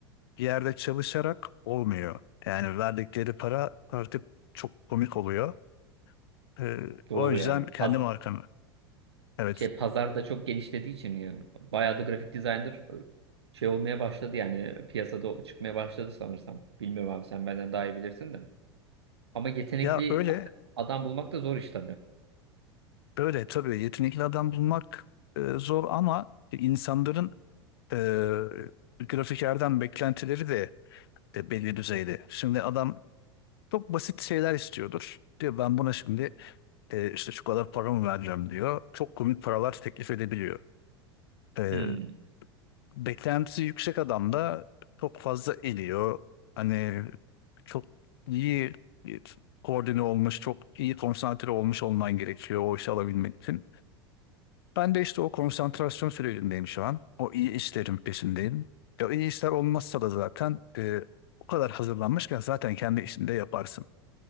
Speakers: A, on the left (about 65°); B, on the right (about 80°).
A: bir yerde çalışarak olmuyor. Yani verdikleri para artık çok komik oluyor. Ee,
B: Doğru
A: o yüzden
B: ya.
A: kendi
B: Paz
A: markamı. Evet.
B: şey pazarda çok genişlediği için ya. Bayağı da grafik designer şey olmaya başladı yani piyasada çıkmaya başladı sanırsam. Bilmiyorum abi sen benden daha iyi bilirsin de. Ama yetenekli
A: Ya öyle
B: adam bulmak da zor iş tabii.
A: böyle tabii yetenekli adam bulmak e, zor ama insanların e, grafikerden beklentileri de e, belli düzeyde. Şimdi adam çok basit şeyler istiyordur. Diyor ben buna şimdi e, işte şu kadar paramı vereceğim diyor. Çok komik paralar teklif edebiliyor. E,
B: Hmm.
A: beklentisi yüksek adam da çok fazla eliyor. Hani çok iyi e, koordine olmuş, çok iyi konsantre olmuş olman gerekiyor o işi alabilmek için. Ben de işte o konsantrasyon sürecindeyim şu an. O iyi işlerin peşindeyim. Ya iyi işler olmazsa da zaten e, o kadar hazırlanmışken zaten kendi işinde yaparsın.